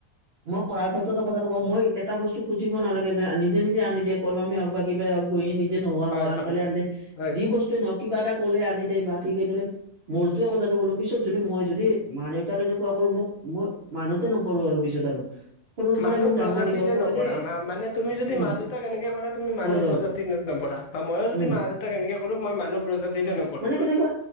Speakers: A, on the right (about 55°); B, on the left (about 70°).
A: মই পঢ়াৰ ক্ষেত্ৰতো কথাটো কওঁ মই এটা বস্তু খুজিব নালাগে ন নিজে নিজে আনি দিয়ক কলমে হওঁক বা কিবা হওঁক বহি নিজে নোহোৱা
B: হয়
A: হ আন
B: হয়
A: পালে আনে
B: হয়
A: যি বস্তুৱে নহক কিবা এটা ক'লে আনি দে বা ঠিক সেইদৰে মোৰতোৱে কথাটো ক'লো পিছত যদি মই যদি মা -দেউতা এ <unintelligible> কেনেকুৱা কৰো মোক মই মানুহ নপৰো আৰু পিছত আৰু সৰু পৰাই
B: মানুহ
A: মোক
B: প্ৰজাতিতে
A: ডাঙৰ দীঘল কৰিলে
B: নপৰা মা মানে তুমি যদি
A: উম
B: মা দেউতাক এনেকে কৰা তুমি মানুহ
A: হয় হয়
B: প্ৰজাতি ন নপঢ়া বা মইয়ো যদি
A: উম
B: মা- দেউতাক এনেকে কৰোঁ মই মানুহ প্ৰজাতিতে নপৰোঁ।
A: মানে কেনেকুৱা